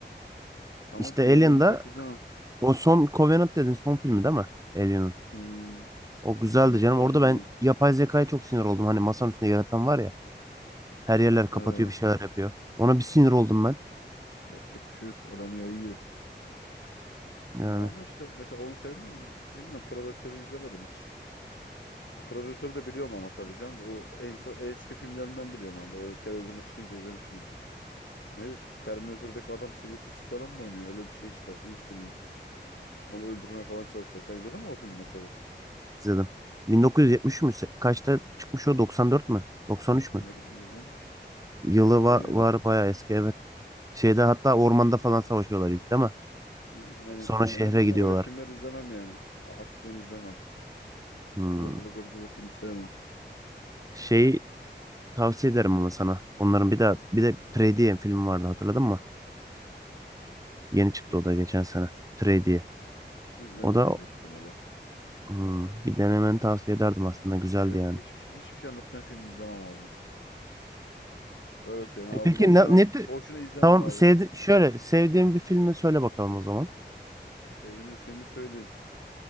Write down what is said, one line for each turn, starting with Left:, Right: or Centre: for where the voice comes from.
Left: Ama
Right: İşte
Left: diğerlerini
Right: Alien'da
Left: pek izlemem.
Right: o son Covenant dedin son filmi değil mi? Alien'ın.
Left: Hmm,
Right: O güzeldi
Left: Alien'ın
Right: canım.
Left: son
Right: Orada
Left: filmi.
Right: ben yapay zekaya çok sinir oldum. Hani masanın üstünde yaratan var ya. Her yerler kapatıyor
Left: Ee,
Right: bir şeyler yapıyor. Ona bir sinir oldum ben.
Left: yapacak bir şey yok. Adam yayıyor.
Right: Yani
Left: Yani ama işte mesela onu sevdim mi bilmiyorum. Predator'u izlemedim hiç. Predator'u da biliyorum ama tabii canım. O en son eski filmlerinden biliyorum onu da. Öyle televizyonda çıkınca izlemişimdir. Neydi? Terminator'daki adam Sylvester Stallone mu oynuyor? Öyle bir şey işte ilk filmi. Onu öldürmeye falan çalışıyor. Sen izledin mi o filmi mesela?
Right: izledim. 1970 mü? Se- Kaçta çıkmış o? 94 mü? 93 mü?
Left: Ne bileyim bilmem ki. Çok
Right: Yılı
Left: eskidir
Right: va-
Left: yani.
Right: var, bayağı eski evet. Şeyde hatta ormanda falan savaşıyorlar ilk değil mi?
Left: Hı, aynen.
Right: Sonra şehre
Left: Genelde ama
Right: gidiyorlar.
Left: öyle filmler izlemem yani. A- Aksiyon izlemem.
Right: Hmm.
Left: Vurdulu gırdılı film sevmem.
Right: Şey tavsiye ederim ama sana. Onların bir de bir de Prey diye film vardı hatırladın mı? Yeni çıktı
Left: İzlemem.
Right: o da geçen sene. Prey diye.
Left: İzlemeyeceğim
Right: O da
Left: büyük ihtimalle.
Right: hmm, bir denemeni tavsiye ederdim aslında güzeldi
Left: Yok
Right: yani.
Left: hiçbir şey, hiçbir şey anlatmayan film izlemem abi. Öyle söyleyeyim
Right: E
Left: abi.
Right: peki
Left: Boşuna,
Right: ne, ne tür-
Left: boşuna izlemem
Right: tamam
Left: abi.
Right: sevdi şöyle sevdiğin bir filmi söyle bakalım o zaman.
Left: Sevdiğim bir filmi söyleyeyim.